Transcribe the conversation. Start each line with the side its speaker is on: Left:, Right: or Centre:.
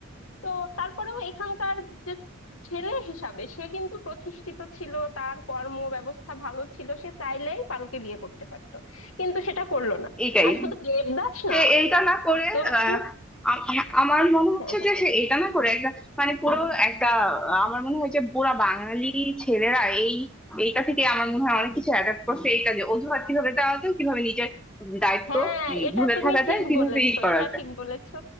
Left: তো তারপরেও এখানকার যে ছেলে হিসাবে সে কিন্তু প্রতিষ্ঠিত ছিল তার কর্ম ব্যবস্থা ভালো ছিল সে চাইলেই পারুকে বিয়ে করতে পারতো কিন্তু সেটা করলো না
Centre: এইটাই
Left: আর শুধু দেবদাস
Centre: সে
Left: না
Centre: এইটা না করে
Left: বর্তমান
Centre: আহ, আ- হ্যাঁ, আমার মনে হচ্ছে
Left: হ্যাঁ,
Centre: যে সে এটা না করে একটা মানে পুরো একটা আহ, আমার মনে হয় যে পুরা বাঙালি ছেলেরা এই এইটা থেকে আমার মনে হয় অনেক কিছু অ্যাডাপ্ট করছে এইটা যে অজুহাত কিভাবে দেওয়া যায় কিভাবে নিজের দায়িত্ব
Left: হ্যাঁ
Centre: উম,
Left: এটা
Centre: ভুলে
Left: তুমি
Centre: থাকা
Left: ঠিক
Centre: যায় কিভাবে
Left: বলেছো
Centre: ই করা
Left: এটা
Centre: যায়
Left: ঠিক বলেছো